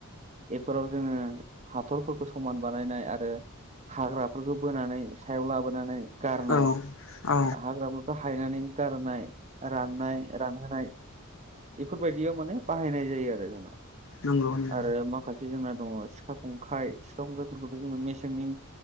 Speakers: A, on the right; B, on the left.
A: बेफोराव जोङो हाथरफोरखौ समान बानायनाय आरो हाग्राफोरखौ बोनानै सायाव लाबोनानै गारनाय
B: औ औ
A: हाग्राफोरखौफोरखौ हायनानै गारनाय राननाय रानहोनाय बेफोरबायदियाव माने बाहायनाय जायो आरो जोंहा
B: नंगौ नंगौ
A: आरो माखासे जोंना दङ सिखा खंखाय सिखा खंखायफोरखौथ' जों मेसेंनि